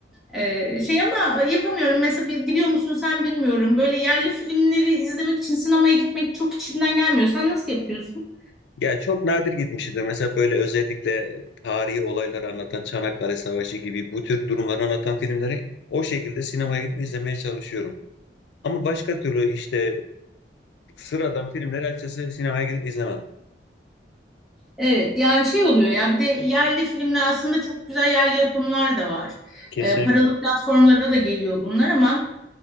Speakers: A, in the centre; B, on the left.
A: Ee, şey ama yapamıyorum. Mesela bil- biliyor musun sen bilmiyorum. Böyle yerli filmleri izlemek için sinemaya gitmek çok içimden gelmiyor. Sen nasıl yapıyorsun?
B: Ya çok nadir gitmişimdir. Mesela böyle özellikle tarihi olayları anlatan Çanakkale Savaşı gibi bu tür durumları anlatan filmleri o şekilde sinemaya gidip izlemeye çalışıyorum. Ama başka türlü işte Sıradan filmleri açıkçası sinemaya gidip izlemem.
A: Evet yani şey oluyor ya bir de yerli filmler aslında çok güzel yerli yapımlar da var.
B: Kesinlikle.
A: Ee, paralı platformlara da geliyor bunlar ama